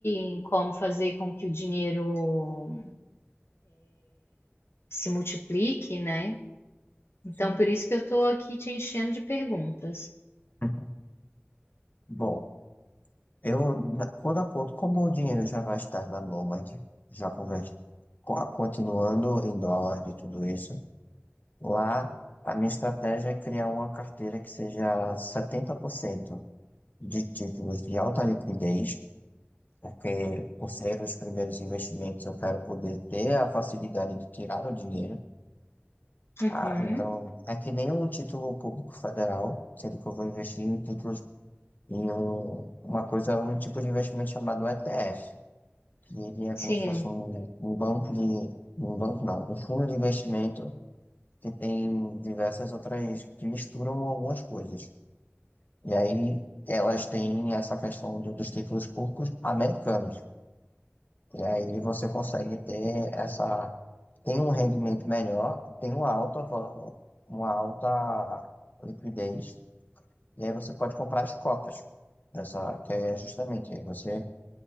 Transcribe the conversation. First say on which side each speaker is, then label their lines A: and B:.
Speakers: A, on the left (about 65°); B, on the left (about 45°).
A: em como fazer com que o dinheiro se multiplique, né? Então,
B: Sim.
A: por isso que eu tô aqui te enchendo de perguntas.
B: <laughs> Bom, Eu, na- quando a conta, como o dinheiro já vai estar na Nomad, já conversa, co- continuando em dólar e tudo isso, lá a minha estratégia é criar uma carteira que seja 70% de títulos de alta liquidez, porque por ser os primeiros investimentos eu quero poder ter a facilidade de tirar o dinheiro.
A: Uhum.
B: Ah, então, é que nem um título público federal, sendo que eu vou investir em títulos em um, uma coisa, um tipo de investimento chamado ETF que ele é como
A: Sim,
B: se fosse um, um banco de. Um banco não, um fundo de investimento que tem diversas outras que misturam algumas coisas. E aí elas têm essa questão do- dos títulos públicos americanos. E aí você consegue ter essa. Tem um rendimento melhor, tem uma alta, va- uma alta liquidez, e aí você pode comprar as cotas. Essa, que aí é justamente, aí você